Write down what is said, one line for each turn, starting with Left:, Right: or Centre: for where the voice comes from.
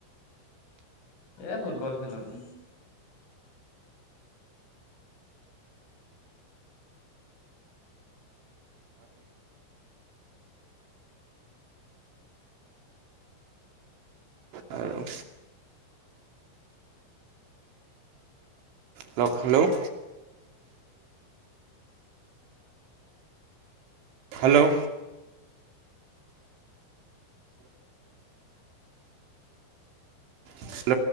Left: এ, ফুটবল খেলোতে
Right: আৰু <inaudible> হেল্ল' হেল্ল' হেল্ল'